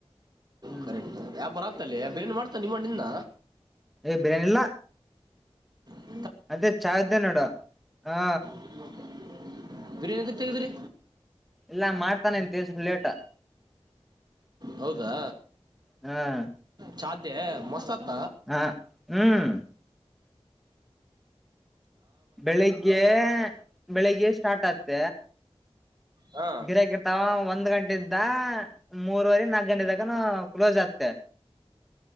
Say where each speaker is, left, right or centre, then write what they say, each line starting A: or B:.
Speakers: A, in the centre; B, on the right.
A: ಹ್ಮ್
B: ಕಕ್ ಪರಾತಲ್ಲಿ ಅ ಬ ಏನ್ ಮಾಡ್ತಾ ನಿಮ್ಮ ನಿದ
A: ಏ ಬಿರಿಯಾನಿಲ್ಲಾ
B: ಹ್ಮ್
A: ಅದೇ ಚಾ್ದೇ ನೋಡುವ ಹಾ
B: ಹ ಬಿರಿಯಾನಿ ತೆಗೆ್ದ್ರರಿ
A: ಇಲ್ಲ ಮಾಡ್ತಾನೆಂತ ತಿಸ ಲೇಟ್
B: ಹೌದಾ
A: ಹ್ಮ್
B: ಚಛಾಧ್ಯ ಮಸ್ತ್ ಆತ್ತ
A: ಹ ಹ್ಮ್ ಬೆಳಿಗ್ಗೆ ಬೆಳಿಗ್ಗೆ ಸ್ಟಾರ್ಟ್ ಆತ್ತ
B: ಹಾ
A: ಗಿರಕ ತವಾ ಒಂದ್ ಗಂಟೆ ಇದ್ದ ಮೂರ್ವರಿ ನಾಲ್ಕಕ್ ಗಂಟೆ ತಕನ ಕ್ಲೋಸ್ ಆಗ್ತ್ತೆ